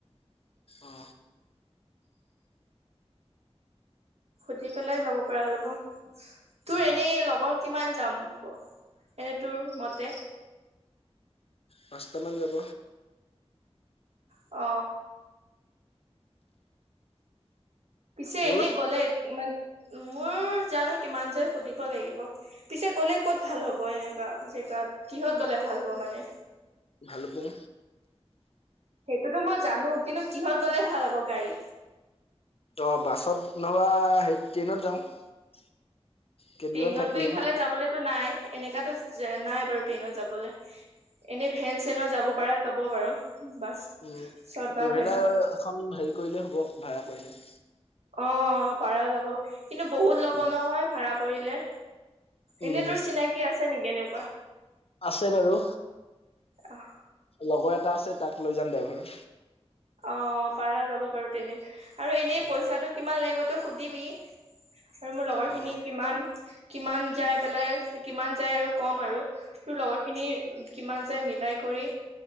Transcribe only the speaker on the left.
অ
উম
পাঁচটামান যাব।
তোৰ
ভালুপুং
অঁ বাছত নবা হেইৰি ট্ৰেইনত যাওঁ <unintelligible> কেইদিনমান
থাকি আহিম
উ
ট্ৰেভেলাৰ
এখন হেৰি কৰিলে হ'ব ভাড়া কৰিলে।
উম,
উম,
আছে বাৰু
লগৰ এটা আছে তাক লৈ যাম ড্ৰাইভাৰ।
উম,
অ',
অ',